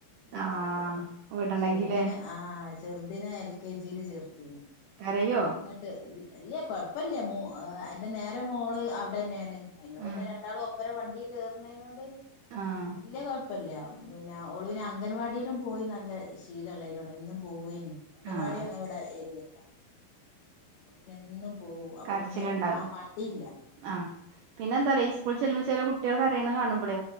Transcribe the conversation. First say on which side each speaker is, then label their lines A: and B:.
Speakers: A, on the left; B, on the right.
A: യലാപ്പൊ.
B: ആഹ് വിടണെങ്കിലേ
A: ചെർതിനെ ആഹ് ചെർതിനെ എൽ കെ ജിയില് ചേർത്തീന്.
B: കരയോ
A: അപ്പങ്ങ ട്ട് ഇൽ ഇല്ല്യ കൊഴപ്പല്ല്യ. മോ അതിന്റെ നേരെ മോള് അവ്ടെ ന്നേണ്. അയിനോ പിന്നെ
B: ആഹ്
A: രണ്ടാളും ഒപ്പരം വണ്ടീ കേർണേനോണ്ട്
B: ആഹ്
A: വല്ല്യ കൊഴപ്പല്ല്യ. പിന്നെ ഒളു. വിനെ അംഗൻവാടിയിലും പോയി നല്ല ശീല ള്ളേയ്നോട് എന്നും പോവ്വേനി. അംഗൻവാടി
B: ആഹ്
A: യങ് വടെ എര്യത്താ. അപ്പൊ പിന്നെ എന്നും പോവും. അപ്പൊ
B: കരച്ചില്ണ്ടാവൂല
A: പിന്നെ ആ ആ മടില്ല.
B: ആഹ്. പിന്നെന്താറിയൊ ഈ സ്കൂൾ ചെല്ലുമ ഈ ചെല കുട്ട്യേള് കരയ്ണ കാണ് മ്പളേ.